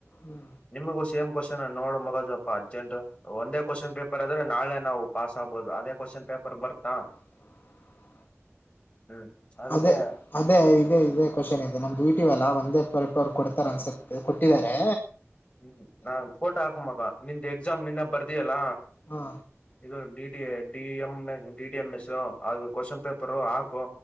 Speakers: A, on the left; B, on the left.
A: ಹ್ಮ್
B: ನಿಮಗ ಸೇಮ್ ಕೊಶನ್ ನೋಡು ಮಗ ಸ್ವಪ ಅರ್ಜೆಂಟ್ ಒಂದೇ ಕ್ವಶನ್ ಪೇಪರ್ ಆದ್ರೆ ನಾಳೆ ನಾವು ಪಾಸ್ ಆಗ್ಬಹುದು ಅದೇ ಕ್ವಶಚನ್ ಪೇಪರ್ ಬರ್ತಾ
A: ಹ
B: ಹ್ಮ್ ಅದಕ್ಕೆ
A: ಅದೇ ಅದೇ ಇದೇ ಇದೇ ಕ್ವಶನ್ ಇದೆ ನಮ್ದ <unintelligible> ಇವಲ್ಲ ಒಂದ ಎಪ್ಪ ರಪ್ರ ಕೊಡ್ ಅನ್ಸತ್ತೆ ಕೊಟ್ಟಿದಿದ್ದಾರೆ
B: ಹ್ಮ್ ನಾನ್ ಫೋಟೋ ಹಾಕಂಬಬ ನಿನ್ದ್ ಎಕ್ಸಾಮ್ ನಿನ್ನ ಬರ್ದಿಯಲ್ಲ
A: ಹಾ
B: ಇದು D D D A A D D M S ಅದು ಕ್ಶನ್ ಪೇಪರು ಹಾಕು